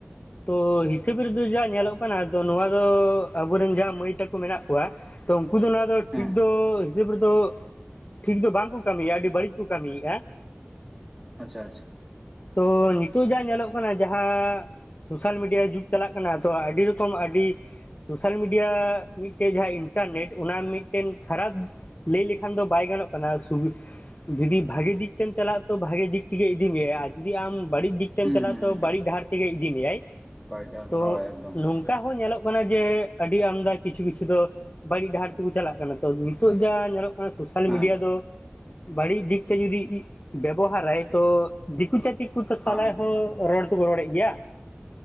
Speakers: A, on the left; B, in the centre.
A: ᱛᱚ ᱦᱤᱥᱟᱹᱵᱽ ᱨᱮᱫᱚ ᱡᱟ ᱧᱮᱞᱚᱜ ᱠᱟᱱᱟ ᱱᱚᱣᱟ ᱫᱚ ᱟᱵᱚᱨᱮᱱ ᱡᱟᱦᱟᱸ ᱢᱟᱹᱭ ᱛᱟᱠᱚ ᱢᱮᱱᱟᱜ ᱠᱚᱣᱟ ᱛᱚ, ᱩᱝᱠᱩ ᱫᱚ ᱱᱚᱣᱟ ᱫᱚ
B: ᱦᱮᱸ
A: ᱴᱷᱤᱠ ᱫᱚ ᱦᱤᱥᱟᱹᱵ ᱨᱮᱫᱚ ᱴᱷᱤᱠ ᱫᱚ ᱵᱟᱝ ᱠᱚ ᱠᱟᱹᱢᱤᱭᱮᱫ-ᱟ, ᱟᱹᱰᱤ ᱵᱟᱹᱲᱤᱡ ᱠᱚ ᱠᱟᱹᱢᱤᱭᱮᱫ-ᱟ᱾
B: ᱟᱪᱪᱷᱟᱼᱟᱪᱪᱷᱟ᱾
A: ᱛᱚ ᱱᱤᱛᱳᱜ ᱡᱟ ᱧᱮᱞᱚᱜ ᱠᱟᱱᱟ ᱡᱟᱦᱟᱸ ᱥᱳᱥᱟᱞ ᱢᱤᱰᱤᱭᱟ ᱡᱩᱜᱽ ᱪᱟᱞᱟᱜ ᱠᱟᱱᱟ ᱛᱚ ᱟᱹᱰᱤ ᱨᱚᱠᱚᱢ ᱟᱹᱰᱤ ᱥᱳᱥᱟᱞ ᱢᱤᱰᱤᱭᱟ ᱢᱤᱫᱴᱮᱱ ᱡᱟᱦᱟᱸ ᱤᱱᱴᱟᱨᱱᱮᱴ ᱚᱱᱟ ᱢᱤᱫᱴᱮᱱ ᱠᱷᱟᱨᱟᱯ ᱞᱟᱹᱭ ᱞᱮᱠᱷᱟᱱ ᱫᱚ ᱵᱟᱭ ᱜᱟᱱᱚᱜ ᱠᱟᱱᱟ ᱡᱩᱫᱤ ᱵᱷᱟᱜᱮ ᱫᱤᱠ ᱛᱮᱢ ᱪᱟᱞᱟᱜ-ᱟ ᱛᱚ ᱵᱷᱟᱜᱮ ᱫᱤᱠ ᱛᱮᱜᱮ ᱤᱫᱤ ᱢᱮᱟᱭ ᱟᱨ ᱡᱩᱫᱤ ᱟᱢ ᱵᱟᱹᱲᱤᱡ ᱫᱤᱠ ᱛᱮ ᱛᱮᱢ
B: ᱦᱩᱸ
A: ᱪᱟᱞᱟᱜᱼᱟ
B: ᱦᱩᱸ
A: ᱛᱚ
B: ᱦᱩᱸ
A: ᱵᱟᱹᱲᱤᱡ ᱰᱟᱦᱟᱨ ᱛᱮᱜᱮ ᱤᱫᱤ ᱢᱮᱭᱟᱭ
B: ᱵᱟᱭ
A: ᱛᱚ
B: ᱦᱳᱭ ᱮᱠᱫᱚᱢ
A: ᱱᱚᱝ ᱚᱝᱠᱟ ᱦᱚᱸ ᱧᱮᱞᱚᱜ ᱠᱟᱱᱟ ᱡᱮ ᱟᱹᱰᱤ ᱟᱢᱫᱟ ᱠᱤᱪᱷᱩ ᱠᱤᱪᱷᱩ ᱫᱚ ᱵᱟᱹᱲᱤᱡ ᱰᱟᱦᱟᱨ ᱛᱮᱠᱚ ᱪᱟᱞᱟᱜ ᱠᱟᱱᱟ ᱛᱚ ᱱᱤᱛᱚᱜ ᱡᱟ ᱧᱮᱞᱚᱜ ᱠᱟᱱᱟ ᱥᱳᱥᱟᱞ
B: ᱦᱮᱸ
A: ᱢᱤᱰᱤᱭᱟ ᱫᱚ ᱵᱟᱹᱲᱤᱡ ᱫᱤᱠ ᱛᱮ ᱡᱩᱫᱤ ᱵᱮᱵᱚᱦᱟᱨᱟᱭ ᱛᱚ ᱫᱤᱠᱩ ᱪᱷᱟᱹᱛᱤᱠ ᱩᱱᱠᱩ ᱥᱟᱞᱟᱭ
B: ᱦᱮᱸ
A: ᱦᱚᱸ ᱨᱚᱲ ᱫᱚᱵᱚ ᱨᱚᱲᱮᱫ ᱜᱮᱭᱟ?